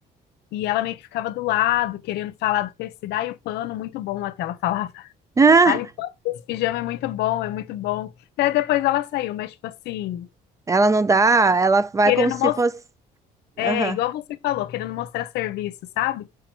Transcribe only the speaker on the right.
Ah,
ela não dá, ela vai
como se
fosse.
Aham.